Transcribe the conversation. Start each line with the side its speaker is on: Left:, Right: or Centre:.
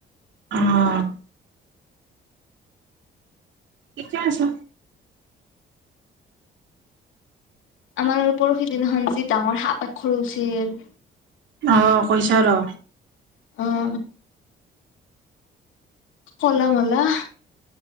Right: অহ কেতিয়া আছে
Left: আমাৰ পৰহি দিন হন যি ডাঙৰ সাপ পাক খ লছিল
Right: আহ কৈছো ৰ।
Left: আহ কলা মলা